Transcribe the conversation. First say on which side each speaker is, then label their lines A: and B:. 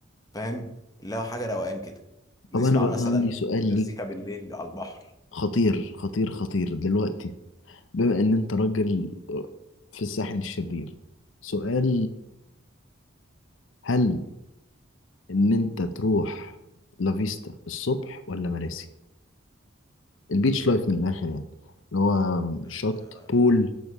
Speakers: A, on the left; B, on the left.
A: فاهم اللي هو حاجه روقان كده
B: طب
A: نسمع
B: انا بقى
A: مثلا
B: عندي سؤال
A: مزيكا
B: ليك
A: بالليل على البحر
B: خطير خطير خطير دلوقتي بما ان انت راجل في الساحل الشرير سؤال هل ان انت تروح لافيستا الصبح ولا مراسي البيتش لايف من الاخر يعني اللي هو
A: آه،
B: شط بول